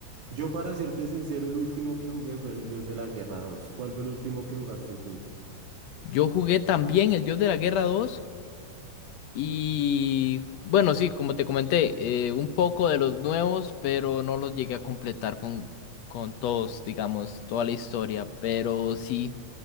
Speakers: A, on the right; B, on the left.
A: Yo, para serte sincero, el último que jugué fue el Dios de la Guerra 2. ¿Cuál fue el último que jugaste tú?
B: Yo jugué también el Dios de la Guerra 2. Y bueno, sí, como te comenté, eh, un poco de los nuevos, pero no los llegué a completar con, con todos, digamos, toda la historia. Pero sí,